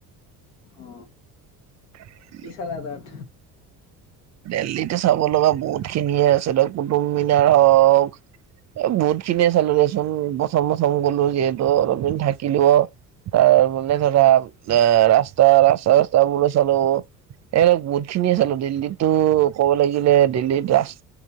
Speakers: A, on the left; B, on the right.
A: অ
B: <unintelligible> <inaudible>
A: কি চালা তাত?
B: দেল্লীতে চাব লগা বহুতখিনিয়ে আছে ধৰক কুটুকমিনাৰ হওক। বহুতখিনিয়ে চালো দেচোন প্ৰথম প্ৰথম গলো যিহেতু অলপদিন থাকিলো অ। তাৰ মানে ধৰা ৰাস্তা ৰাস্তা ৰাস্তা বুৰো চালো। এ বহুত খিনিয়ে চালো দিল্লীটো ক'ব লাগিলে দিল্লীত ৰাচ